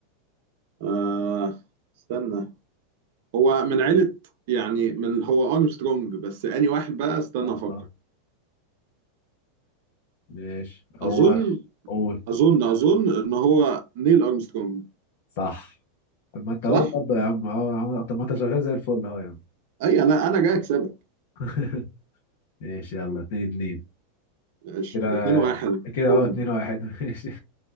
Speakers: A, on the right; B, on the left.
A: آه استنى هو من عيلة يعني من هو ارمسترونج بس اني واحد بقى استنى
B: آه
A: افكر
B: ماشي هو
A: اظن
B: قول
A: اظن اظن ان هو نيل ارمسترونج
B: صح طب ما أنت
A: صح؟
B: أهو برضه يا عم أه يا عم، طب ما أنت شغال زي الفل أهو يا عم
A: اي انا انا جاي اكسبك
B: <laughs> ماشي يلا اتنين اتنين
A: ماشي
B: كده
A: 2 1
B: كده
A: بوم
B: أهو اتنين واحد <laughs> ماشي